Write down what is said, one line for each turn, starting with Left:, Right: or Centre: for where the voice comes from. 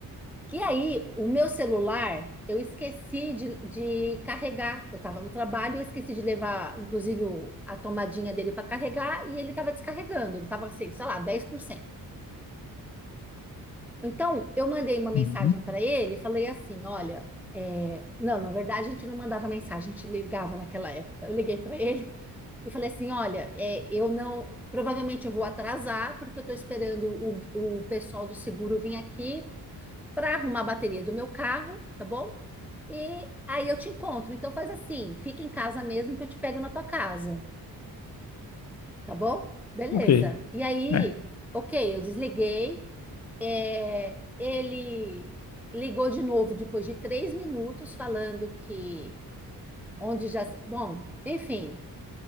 Centre: E aí, o meu celular, eu esqueci de, de carregar. Eu estava no trabalho, eu esqueci de levar, inclusive, o- a tomadinha dele para carregar e ele estava descarregando. Ele estava, sei lá, dez por cento Então, eu mandei uma mensagem
Left: Uhum.
Centre: para ele, e falei assim: olha, é, não, na verdade a gente não mandava mensagem, a gente ligava naquela época. Eu liguei para ele e falei assim: olha, é, eu não, provavelmente eu vou atrasar, porque eu estou esperando o, o pessoal do seguro vir aqui para arrumar a bateria do meu carro, tá bom? E aí eu te encontro. Então faz assim: fica em casa mesmo que eu te pego na tua casa, tá bom? Beleza.
Left: Ok.
Centre: E aí,
Left: É.
Centre: ok, eu desliguei. É, ele ligou de novo depois de três minutos, falando que onde já. se- Bom, enfim,